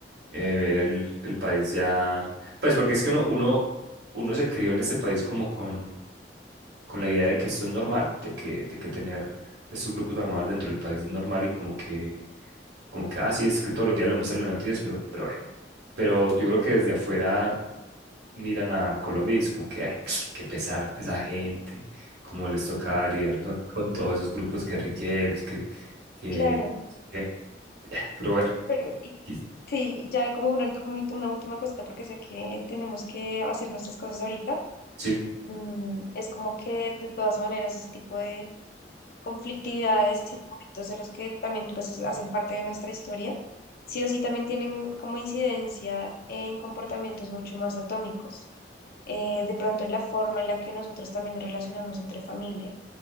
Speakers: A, on the right (about 65°); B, on the left (about 55°).
A: eh, ver el, el país ya, pues porque es que uno, uno, uno se crió en este país como con, con la idea de que esto es normal, de que, de que tener estos grupos armados dentro del país es normal y como que como que, ah, sí, es que todos los días lo muestran en las noticias, pero, pero bueno. Pero yo creo que desde afuera miran a Colombia y es como que, ay, <sniffs> qué pesar de esa gente, cómo les toca lidiar con, con todos esos grupos guerrilleros, que, que,
B: Claro,
A: que, ya, pero bueno,
B: pero y-
A: y
B: sí, ya como una, ult- un- una última cosita, porque sé que tenemos que hacer nuestras cosas ahorita.
A: sí,
B: mm, es como que de todas maneras ese tipo de conflictividades y de conflictos de los que también pues es- hacen parte de nuestra historia, sí o sí también tienen como incidencia en comportamientos mucho más atómicos. Eh, de pronto en la forma en la que nosotros también nos relacionamos entre familias